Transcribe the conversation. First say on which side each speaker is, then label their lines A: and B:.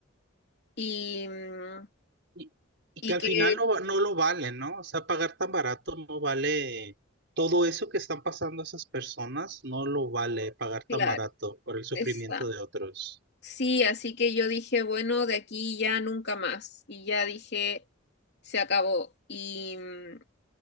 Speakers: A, on the left (about 55°); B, on the right (about 60°).
A: Y, mm,
B: Y, y
A: y
B: que al
A: que,
B: final no, va- no lo vale, ¿no? O sea, pagar tan barato no vale todo eso que están pasando esas personas, no lo vale pagar tan
A: claro,
B: barato por el sufrimiento
A: exacto.
B: de otros.
A: Sí, así que yo dije, bueno, de aquí ya nunca más. Y ya dije, se acabó. Y, mm,